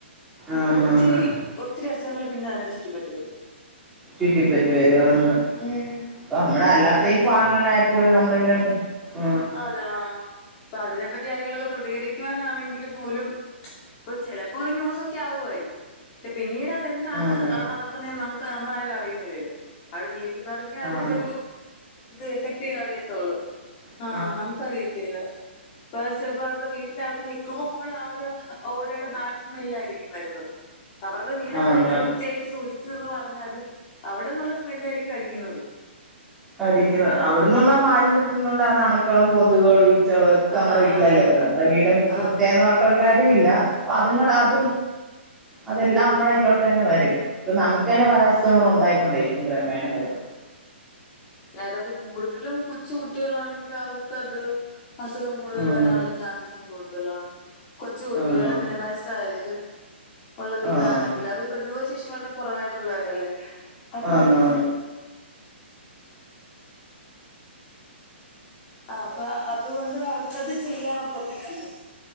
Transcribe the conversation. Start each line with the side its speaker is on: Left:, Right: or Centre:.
Centre: ആന്ന്
Left: ഒത്തിരി
Centre: ആന്ന്
Left: ഒ ത്തിരി അസുഖങ്ങള് പിന്നെ അതിനെ ചുറ്റി പറ്റി വെരും
Centre: ചുറ്റിപ്പറ്റി വെരുവാന്ന്
Left: ഉം
Centre: ഇപ്പ അമ്മടെ
Left: അപ്പൊ
Centre: അല്ലാത്ത
Left: അതിനെ
Centre: ഈ ഭാഗങ്ങളെ പോലും നമ്മള് ഇങ്ങനെ അറിയും ആഹ്
Left: അതെ ആഹ് ഇപ്പ അതിനെപ്പറ്റി ആരെങ്കിലും ഒക്കെ പ്രതികരിക്കാനാണെങ്കില് പോലും ഇപ്പൊ ചെലപ്പോ ഒരു ന്യൂസൊക്കെ ആവുമായിരിക്കും പക്ഷെ പിന്നീട് അത് എൻ ത്താണ്
Centre: ആന്ന്
Left: അവടെ നടക്ക്ന്നേന്ന് നമുക്ക് നമ്മളാരും അറിയുന്നില്ലേ ഇത് അവടെ ജീവിക്കുന്നവർക്കേ അതിന്റെ
Centre: ആഹ്
Left: ഒരു ഇത് എഫക്ട് അറിയത്തൊള്ളൂ
Centre: അ
Left: ആഹ് നമുക്ക് അറിയത്തില്ല ഇപ്പ ചെലപ്പോ അവര്ടെ വീട്ടിന്റെ അകത്ത് നിക്കുമ്പൊ ഫുൾ ആ ഒര് ഓടേടെ ബാഡ്സ്മെല്ല് ആയിരിക്കും വര്ന്നത് അവര്ടെ വീട്
Centre: ആന്ന്
Left: അവരെ എത്ര വൃത്തിയായി റ്റ് സൂക്ഷിച്ചു എന്ന് പറഞ്ഞാലും അവിടെന്നുള്ള സ്മെല്ലായിയിരിക്കും അടിക്കുന്നത്
Centre: അടിക്കുന്നത് അവിട്ന്നുള്ള മാലിന്യം തിന്നാേണ്ടാണ് അണ്ക്കളും കൊതുകളും ഈ ച്ചകളൊക്കെ
Left: ആഹ്
Centre: അമ്മടെ വീട്ടിലെല്ലേ വെരാ ഇമ്മളെ വീടും വൃത്യാന്ന്
Left: ആഹ്
Centre: പർണ് ട്ട് ഒരു കാര്യവും ഇല്ല അപ്പത്ങ്ങടെ അത് അതെല്ലാം അമ്മടെ ഇതിലോട്ട് എന്നെ വരും ഇപ്പ നമുക്ക് എന്നെ പല അസുഖങ്ങളും ഉണ്ടായി കൊണ്ടിരിക്കും ക്രമേണെ അത്
Left: ഏതൊക്കെ കൂട്തലും കൊച്ചു കുട്ടികളാണെങ്കിൽ അവർക്കത് അസുഖം കൂടുതല്
Centre: ആഹ്
Left: വെരാനുള്ള ചാൻസെസ് കൂടുതലാണ് കൊച്ചു കുട്ടികള്
Centre: ആണോ
Left: പിന്നെ വയസ്സായവര് ഒള്ള വീടാണെങ്കില്
Centre: ആഹ്
Left: അവർക്ക് പ്രതിരോധ ശേഷി വളരെ കാെറവായിട്ടുള്ളവരല്ലേ അപ്പൊ
Centre: ആണോ
Left: <inaudible> ആഹ് അപ്പൊ അതുകൊണ്ട് അവർക്കത് ചെയ്യാനൊക്കത്തില്ലല്ലോ